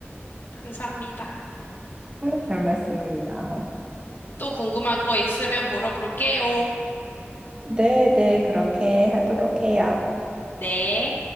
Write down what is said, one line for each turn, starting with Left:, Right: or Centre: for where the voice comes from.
Left: 감사합니다.
Right: <laughs> 잘 맞습니다.
Left: 또 궁금한 거 있으면 물어볼게요.
Right: 네, 네, 그렇게 하도록 해요.
Left: 네.